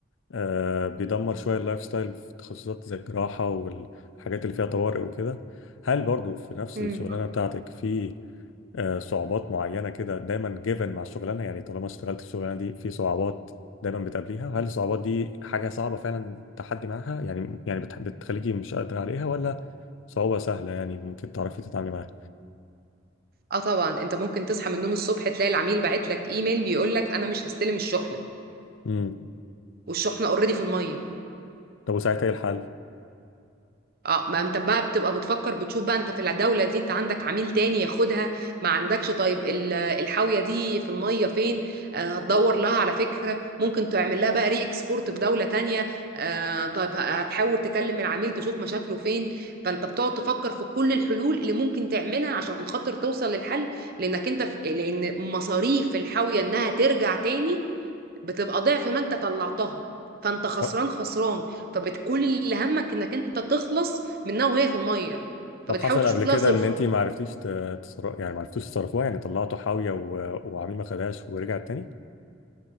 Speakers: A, on the left (about 80°); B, on the right (about 50°).
A: آه، بيدمر شويه اللايف ستايل في تخصصات زي الجراحه والحاجات اللي فيها طوارئ وكده هل برضو في نفس
B: مم.
A: الشغلانه بتاعتك في آه، صعوبات معينة كده دايما جيفن مع الشغلانة يعني طالما اشتغلت الشغلانة دي في صعوبات دايما بتقابليها هل الصعوبات دي حاجة صعبة فعلا تحدي معاها يعني يعني بتح- بتخليكي مش قادرة عليها ولا صعوبة سهلة يعني ممكن تعرفي تتعاملي معاها
B: اه طبعا انت ممكن تصحى من النوم الصبح تلاقي العميل باعت لك ايميل بيقول لك انا مش هستلم الشحنة
A: امم
B: والشحنة اوريدي في المية
A: طب وساعتها ايه الحل
B: اه ما انت بقى بتبقى بتفكر بتشوف بقى انت في الدولة دي انت عندك عميل تاني ياخدها ما عندكش طيب ال- الحاوية دي في المية فين آه هتدور لها على فكرة ممكن تعمل لها بقى ري اكسبورت في دولة تانية آه طيب ه- هتحاول تكلم العميل تشوف مشاكله فين فانت بتقعد تفكر في كل الحلول اللي ممكن تعملها عشان خاطر توصل للحل لانك انت في... لان مصاريف الحاوية انها ترجع تاني بتبقى ضعف ما انت طلعتها فانت خسران
A: أه،
B: خسران فبتكون اللي همك انك انت تخلص منها وهي في الميه
A: طب
B: فبتحاول
A: حصل
B: تشوف
A: قبل كده
B: لها صرفه
A: ان انت ما عرفتيش ت- تصر... يعني ما عرفتوش تصرفوها يعني طلعتوا حاوية و... وعميل ما خدهاش ورجعت تاني